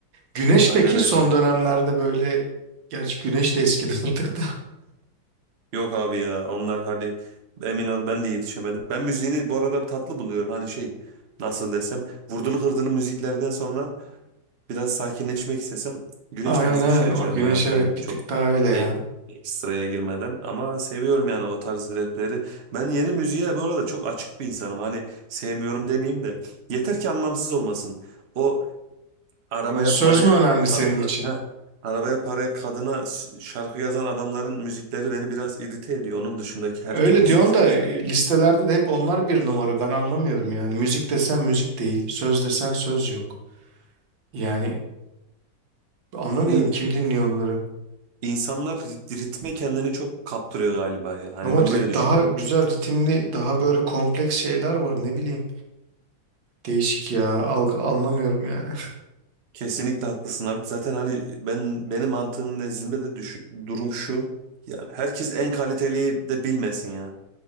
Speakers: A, on the right; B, on the right.
A: Güneş
B: Aynen
A: peki
B: öyle
A: son
B: abi.
A: dönemlerde böyle gerçi Güneş de eskidi <laughs> artık da.
B: Yok abi ya onlar hadi emin ol ben de yetişemedim. Ben müziğini bu arada tatlı buluyorum. Hani şey nasıl desem vurdulu hırdılı müziklerden sonra biraz sakinleşmek istesem güneş
A: Aynen
B: tarzı
A: aynen
B: bir şey açarım
A: o Güneş
B: herhalde
A: evet
B: öyle
A: bir
B: çok
A: tık daha öyle ya.
B: e- ekstraya girmeden. Ama seviyorum yani o tarz rapleri. Ben yeni müziğe bu arada çok açık bir insanım. Hani sevmiyorum demeyeyim de yeter ki anlamsız olmasın. O Arabaya
A: Yani Söz
B: paraya
A: mü önemli senin
B: kadına
A: için?
B: heh, arabaya paraya kadına s- şarkı yazan adamların müzikleri beni biraz irite ediyor. Onun dışındaki her
A: Öyle
B: türlü söz
A: diyorsun da
B: mesela.
A: e, listelerde de hep onlar bir numara. Ben anlamıyorum yani. Müzik desen müzik değil, söz desen söz yok. Yani anlamıyorum
B: İ-
A: kim dinliyor onları.
B: İnsanlar rit- ritme kendini çok kaptırıyor galiba ya. Hani
A: Ama
B: ben
A: ri-
B: böyle düşünüyorum.
A: daha güzel ritimli, daha böyle kompleks şeyler var ne bileyim. Değişik ya. Algı anlamıyorum yani.
B: Kesinlikle haklısın abi. Zaten hani ben benim mantığım nezdinde de düş- durum şu. Yani herkes en kaliteliyi de bilmesin ya.